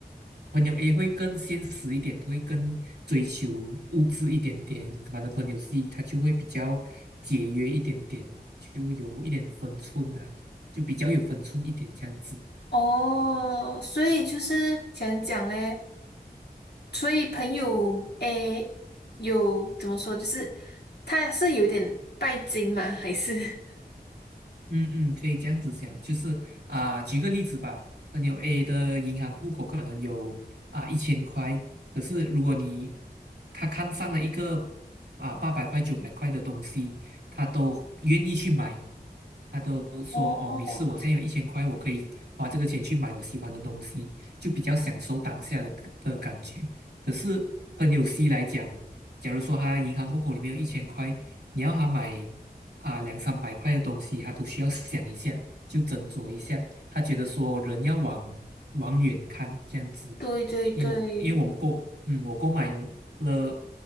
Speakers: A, on the right; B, on the left.
A: 朋友 A 会更现实一点，会更追求物质一点点，反正朋友 C 他就会比较节约一点点，就有一点分寸啊，就比较有分寸一点这样子。
B: 哦，所以就是想讲嘞，所以朋友 A 有怎么说，就是他是有点拜金吗？还是？<laughs>
A: 嗯嗯，可以这样子想，就是啊、举个例子吧，朋友 A 的银行户口可能有啊一千块，可是如果你他看上了一个啊八百块、九百块的东西，他都愿意去买，他都说哦没事，
B: 哦，
A: 我现在有一千块，我可以花这个钱去买我喜欢的东西，就比较享受当下的的感觉。可是朋友 C 来讲，假如说他银行户口里面有一千块，你要他买。啊两三百块的东西，他都需要想一下，就斟酌一下。他觉得说人要往往远看这样子，
B: 对对对，
A: 因为我因为我购嗯我购买了